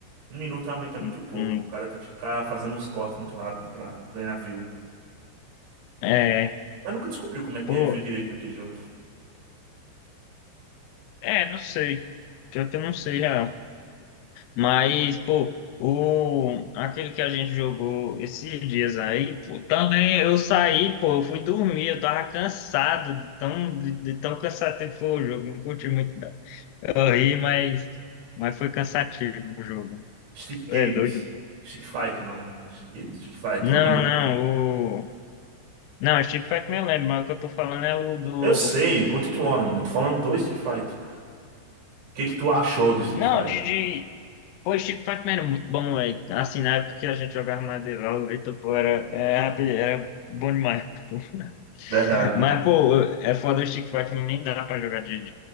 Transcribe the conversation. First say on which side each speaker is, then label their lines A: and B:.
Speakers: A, on the right; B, on the left.
A: Um minuto realmente é
B: Hum,
A: muito pouco.
B: hum,
A: O cara tem que ficar fazendo uns cortes muito rápido pra ganhar view.
B: É,
A: Mas nunca descobriu como é que
B: pô,
A: ganha view direito naquele jogo.
B: é, não sei. Pior que eu não sei, real. Mas, pô, o, aquele que a gente jogou esses dias aí, pô, também eu saí, pô, eu fui dormir, eu tava cansado, de tão, de, de tão cansativo que foi o jogo, não curti muito, não. Eu ri, mas, mas foi cansativo o jogo.
A: Stick Games.
B: É doido, pô.
A: Stick Fight, não. Não é Stick Games, é Stick Fight,
B: Não,
A: lembra?
B: não, o. Não, Street Fighter eu lembro, mas o que eu tô falando é o do
A: Eu sei, Content Warning. Eu tô falando do Stick Fight. O que que tu achou do Stick
B: Não,
A: Fight?
B: de, de... Pô, Street Fighter Man era muito bom, velho. Assim, na época que a gente jogava mais de LOL, então, pô, era, é, rapaz, era bom demais, pô.
A: Verdade.
B: <laughs> Mas, pô, é foda o Street Fighter, nem dá pra jogar de, de